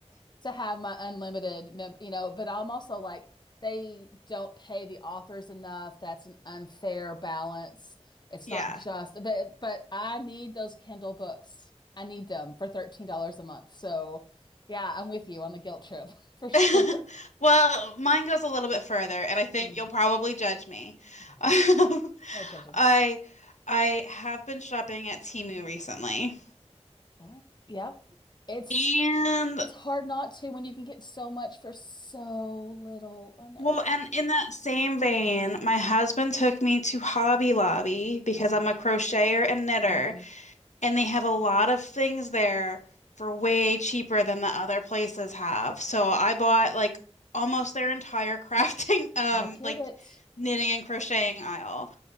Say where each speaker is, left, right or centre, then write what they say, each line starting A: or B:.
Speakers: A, on the left; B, on the left.
A: to have my unlimited mem you know, but I'm also like they don't pay the authors enough. That's an unfair balance. It's
B: yeah.
A: not just, but but I need those Kindle books. I need them for $13 a month. So, yeah, I'm with you on the guilt trip <laughs> for sure.
B: <laughs> Well, mine goes a little bit further, and I think
A: Mm,
B: you'll probably judge me.
A: no,
B: <laughs> I
A: no judging.
B: I have been shopping at Temu recently.
A: Uh, yep. It's
B: And
A: it's hard not to when you can get so much for so little. I know.
B: well, and in that same vein, my husband took me to Hobby Lobby because
A: Oh.
B: I'm a crocheter and knitter,
A: Mm,
B: and they have a lot of things there for way cheaper than the other places have. So I bought like almost their entire crafting, <laughs> um,
A: I get
B: like
A: it.
B: knitting and crocheting aisle.